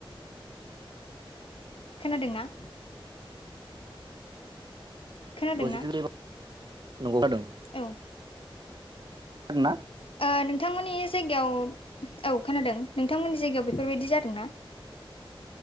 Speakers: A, on the left (about 75°); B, on the right (about 50°).
A: खोनादोंना? खोनादोंना
B: <unintelligible> नंगौ <unintelligible>
A: औ
B: <unintelligible> ना
A: ओ नोंथांमोननि जायगायाव औ खोनादों नोंथांमोननि जायगायाव बेफोरबायदि जादोंना?